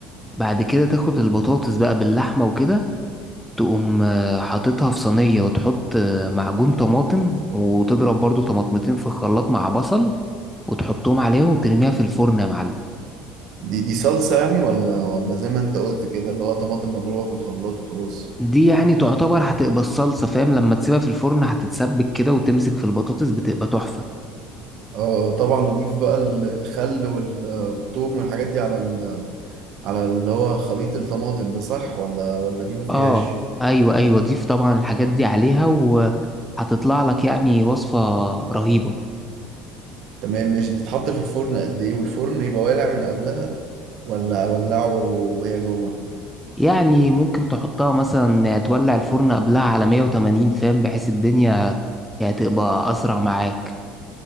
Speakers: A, in the centre; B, on the right.
A: بعد كده تاخد البطاطس بقى باللحمة وكده تقوم آه، حاططها في صينية وتحط آه، معجون طماطم وتضرب برضو طماطمتين في الخلاط مع بصل وتحطهم عليها وترميها في الفرن يا معلم
B: دي دي صلصة يعني ولا ولا زي ما انت قلت كده اللي هو طماطم مضروبة في الخلاط وخلاص
A: دي يعني تعتبر هتبقى الصلصة فاهم لما تسيبها في الفرن هتتسبك كده وتمسك في البطاطس بتبقى تحفة
B: اه طبعا اضيف بقى ال- الخل وال- والثوم والحاجات دي على ال... على اللي هو خليط الطماطم ده صح ولا ولا دي ما فيهاش
A: اه ايوه ايوه ضيف طبعا الحاجات دي عليها وهتطلع لك يعني وصفة رهيبة
B: تمام ماشي دي تتحط في الفرن قد ايه والفرن يبقى والع من قبلها ولا اولعه وهي جوه
A: يعني ممكن تحطها مثلا تولع الفرن قبلها على 180 فاهم بحيث الدنيا يعني تبقى أسرع معاك